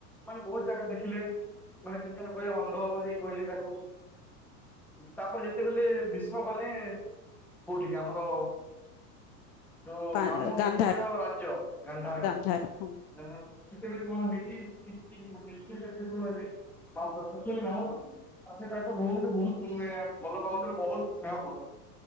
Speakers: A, in the centre; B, on the left.
A: ମାନେ ବହୁତ ଜାଗା ଦେଖିଲେ। ମାନେ କେତେ ଜଣ କହିଲେ ଅନ୍ଧ ବୋଲି କହିଲି ତାକୁ ମା ତାପରେ ଯେତେବେଳେ ଭୀଷ୍ମ କଲେ କୋଉଠିକ ଆମର ଯୋଉ
B: ପା
A: ମାମୁଁ
B: ଗାନ୍ଧାର
A: ଶକୁଣିର ରାଜ୍ୟ
B: ଗାନ୍ଧାର
A: ଗାନ୍ଧାର
B: ହଁ
A: ଗଲେ <inaudible> ଆଉ ସେ ତାଙ୍କ ଭଉଣୀକୁ ବହୁତ ଭଲ ପାଉଥିଲେ ବହୁତ ସ୍ନେହ କରୁଥିଲେ।